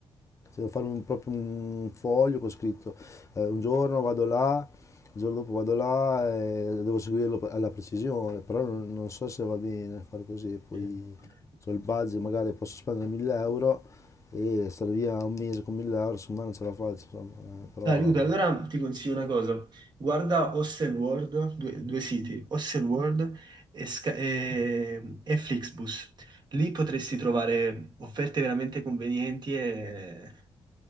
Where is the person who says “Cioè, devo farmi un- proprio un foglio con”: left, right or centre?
Left